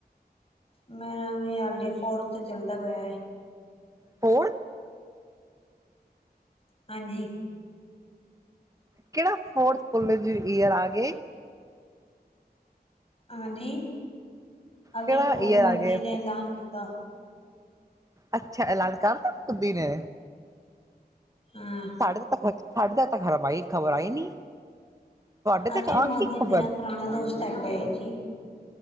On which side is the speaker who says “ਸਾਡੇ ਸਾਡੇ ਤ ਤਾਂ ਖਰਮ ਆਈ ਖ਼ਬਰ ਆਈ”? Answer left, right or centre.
Right